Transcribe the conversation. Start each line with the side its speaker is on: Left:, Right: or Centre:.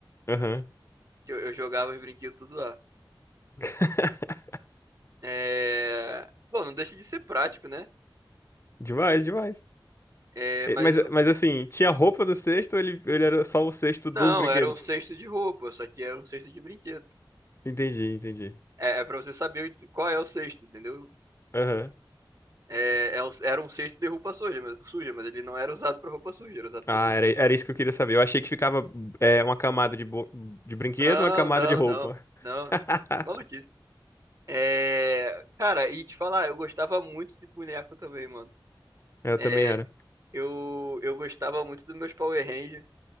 Left: Aham.
Right: Que eu, eu jogava os brinquedos tudo lá.
Left: <laughs>
Right: É... Bom, não deixa de ser prático, né?
Left: Demais, demais.
Right: É,
Left: E-
Right: mas
Left: Mas,
Right: eu-
Left: mas assim, tinha roupa no cesto ou ele, ele era só o cesto dos
Right: não,
Left: brinquedos?
Right: era um cesto de roupa, só que era um cesto de brinquedo.
Left: Entendi, entendi.
Right: É, é pra você saber qual é o cesto, entendeu?
Left: Aham.
Right: É, é um- era um cesto de roupa suja, mas, suja, mas ele não era usado pra roupa suja, era usado
Left: Ah,
Right: pra brinquedo.
Left: era, era isso que eu queria saber. Eu achei que ficava é, uma camada de, bo- de brinquedo,
Right: Não,
Left: uma camada
Right: não,
Left: de roupa.
Right: não, não.
Left: <laughs>
Right: É Maluquice. É, cara, e te falar, eu gostava muito de boneco também, mano.
Left: Eu
Right: É,
Left: também era.
Right: eu, eu gostava muito dos meus Power Rangers.